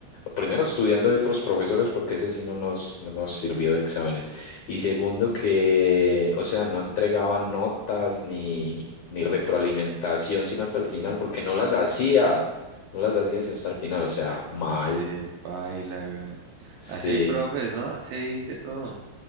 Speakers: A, on the left; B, on the right.
A: primero estudiando de otros profesores porque ese sí no nos, no nos sirvió de exámenes. Y segundo que, o sea, no entregaban notas ni, ni retroalimentación sino hasta el final porque no las hacía, no las hacía sino hasta el final, o sea, mal.
B: Qué paila, weón.
A: Sí,
B: Así hay profes, ¿no? Así hay de todo.